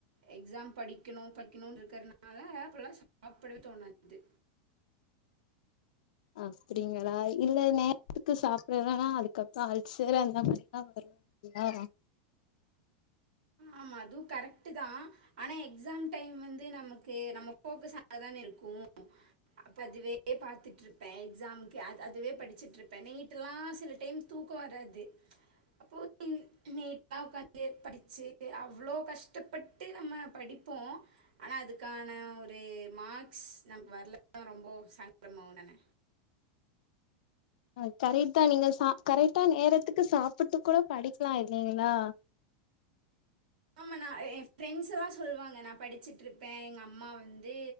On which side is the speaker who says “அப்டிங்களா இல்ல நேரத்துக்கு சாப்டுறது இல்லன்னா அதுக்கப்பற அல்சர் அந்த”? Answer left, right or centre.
Left